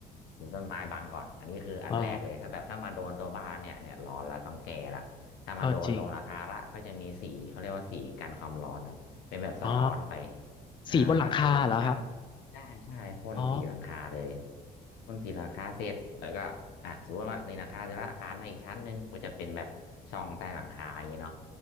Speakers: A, on the left; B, on the left.
A: ปลูกต้นไม้บังก่อนอันนี้คืออันแรกเลยถ้าแบบถ้ามาโดนตัวบ้านเนี่ยเนี่ยร้อนละต้องแก่ละถ้ามาโดนลงหลังคาละก็จะมีสีเขาเรียกว่าสีกันความร้อนนะเป็นแบบสะท้อนไป
B: อ๋อเออจริง อ๋อ
A: อ่าทาสีหนึ่งชั้น
B: สีบนหลังคาเหรอครับ
A: ใช่ใช่พ่นสีหลังคาเลย
B: อ๋อ
A: พ่นสีหลังคาเสร็จแล้วก็อ่ะสมมติว่าในหลังคาเสร็จละผ่านมาอีกชั้นหนึ่งมันจะเป็นแบบช่องใต้หลังคาอย่างนี้เนาะ